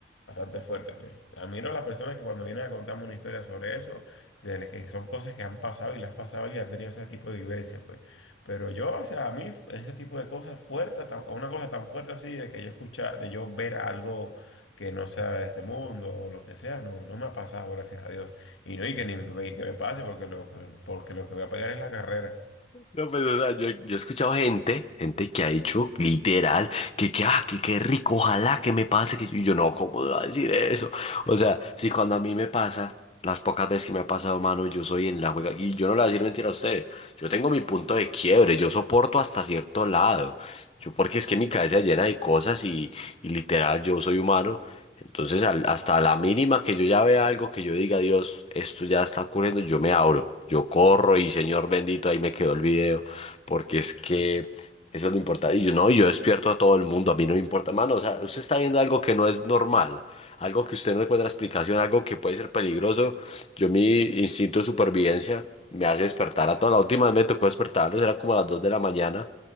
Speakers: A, on the left; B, on the left.
A: bastante fuerte, pues. Admiro a las personas que cuando vienen a contarme una historia sobre eso, de las que son cosas que han pasado y las han pasado y han tenido ese tipo de vivencias, pues. Pero yo, o sea, a mí ese tipo de cosas fuertes, tan- una cosa tan fuerte así, de que yo escuchar, de yo ver algo que no sea de este mundo o lo que sea, no, no me ha pasado, gracias a Dios. Y no, y que ni me, y que me pase, porque lo, que- porque lo que voy a pegar es la carrera.
B: No, pues, o sea, yo, yo he escuchado gente, gente que ha dicho literal que, que, ah, que, qué rico, ojalá que me pase, que yo, y yo, no, ¿cómo me va a decir eso? O sea, si cuando a mí me pasa, las pocas veces que me ha pasado, mano, yo soy en la juega, y yo no le voy a decir mentira a usted, yo tengo mi punto de quiebre, yo soporto hasta cierto lado. Yo, porque es que mi cabeza llena de cosas y, y literal, yo soy humano. Entonces, al- hasta la mínima que yo ya vea algo que yo diga, Dios, esto ya está ocurriendo, yo me abro, yo corro y Señor bendito, ahí me quedó el video, porque es que eso es lo importante. Y yo no, yo despierto a todo el mundo, a mí no me importa, mano, o sea, usted está viendo algo que no es normal, algo que usted no encuentra explicación, algo que puede ser peligroso. Yo mi instinto de supervivencia me hace despertar a toda la última vez me tocó despertarlos, eran como a las 2 de la mañana.